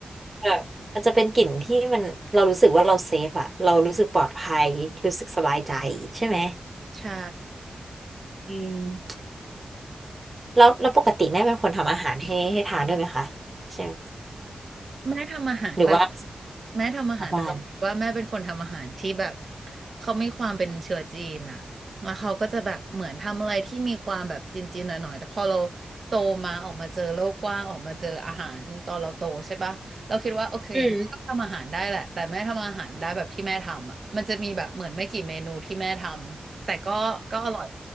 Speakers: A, on the right; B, on the right.
A: เออมันจะเป็นกลิ่นที่มันเรารู้สึกว่าเราเซฟอะเรารู้สึกปลอดภัยรู้สึกสบายใจใช่ไหม
B: ใช่
A: อืมแล้วแล้วปกติแม่เป็นคนทำอาหารให้ให้ทานด้วยไหมคะใช่ไหม
B: แม่ทำอาหารแต่ละ
A: หรือว่า
B: แม่ทำอาหารแต่เราคิดว่าแม่เป็นคนทำอาหารที่แบบ
A: ออกบ้าน
B: เขามีความเป็นเชื้อจีนอะแล้วเขาก็จะแบบเหมือนทำอะไรที่มีความแบบจีนๆหน่อยๆแต่พอเราโตมาออกมาเจอโลกกว้างออกมาเจออาหารตอนเราโตใช่ปะเราคิดว่าโอเคแม่ก็ทำอาหารได้แหละแต่แม่ทำอาหารได้แบบที่แม่ทำอะมันจะมีแบบเหมือนไม่กี่เมนูที่แม่ทำแต่ก็ก็อร่อย
A: อืม